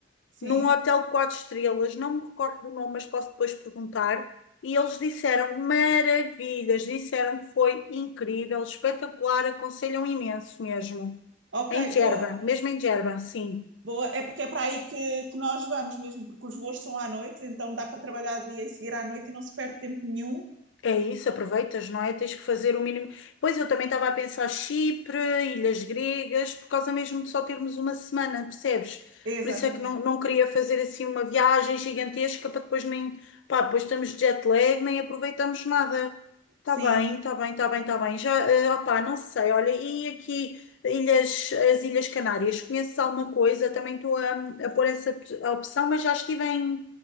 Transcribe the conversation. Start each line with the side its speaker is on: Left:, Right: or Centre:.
Right: Sim.
Left: num hotel de quatro estrelas, não me recordo do nome, mas posso depois perguntar. E eles disseram maravilhas, disseram que foi incrível, espetacular, aconselham imenso mesmo.
Right: Ok,
Left: Em Djerba,
Right: boa.
Left: mesmo em Djerba, sim.
Right: Boa, é porque é para aí que, que nós vamos mesmo, porque os voos são à noite, então dá para trabalhar de dia e seguir à noite e não se perde tempo nenhum.
Left: É isso, aproveitas, não é? Tens que fazer o mínimo. Pois eu também estava a pensar Chipre, Ilhas Gregas, por causa mesmo de só termos uma semana, percebes?
Right: Exatamente.
Left: Por isso é que não, não queria fazer assim uma viagem gigantesca para depois nem. Pá, depois estamos de jet lag, nem aproveitamos nada. Está
Right: Sim,
Left: bem, está bem, está bem, está bem. Já, eh, opá, não sei, olha, e aqui ilhas, as Ilhas Canárias, conheces alguma coisa? Também estou a, a pôr essa op- a opção, mas já estive em.